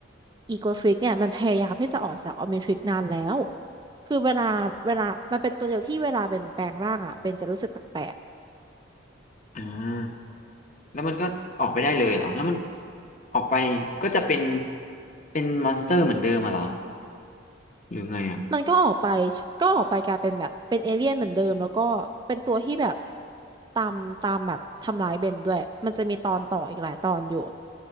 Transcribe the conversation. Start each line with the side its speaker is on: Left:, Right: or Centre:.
Right: อีโกทริกเนี่ยมันพยายามที่จะออกจากออมนิทริกนานแล้วคือเวลาเวลามันเป็นตัวเดียวที่เวลาเบนแปลงร่างอะเบนจะรู้สึกแปลกๆ
Left: อ่าแล้วมันก็ออกไปได้เลยเหรอแล้วมันออกไปก็จะเป็นเป็นมอนสเตอร์เหมือนเดิมอ่ะเหรอหรือไงอ่ะ
Right: มันก็ออกไปก็ออกไปกลายเป็นแบบเป็นเอเลี่ยนเหมือนเดิมแล้วก็เป็นตัวที่แบบตามตามแบบทำร้ายเบนด้วยมันจะมีตอนต่ออีกหลายตอนอยู่